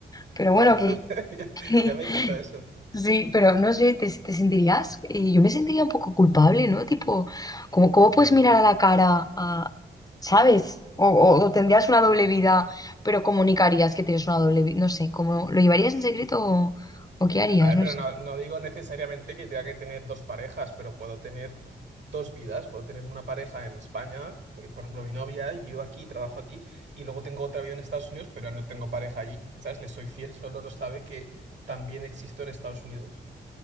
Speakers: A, on the left (about 20°); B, on the right (about 65°).
A: Pero
B: claro,
A: bueno, que,
B: <laughs> ya,
A: <laughs>
B: ya me quito eso.
A: sí, pero no sé, te, te sentirías, eh, yo me sentiría un poco culpable, ¿no? Tipo, ¿cómo, cómo puedes
B: Yo no.
A: mirar a la cara a, ¿sabes? O, o- o tendrías una doble vida, pero comunicarías que tienes una doble vida, no sé, ¿cómo lo llevarías en secreto o, o qué harías?
B: A ver,
A: no
B: pero
A: sé.
B: no, no digo necesariamente que tenga que tener dos parejas, pero puedo tener dos vidas. Puedo tener una pareja en España, eh, por ejemplo, mi novia, y vivo aquí, trabajo aquí, y luego tengo otra vida en Estados Unidos, pero no tengo pareja allí, ¿sabes? Le soy fiel, solo no sabe que también existo en Estados Unidos,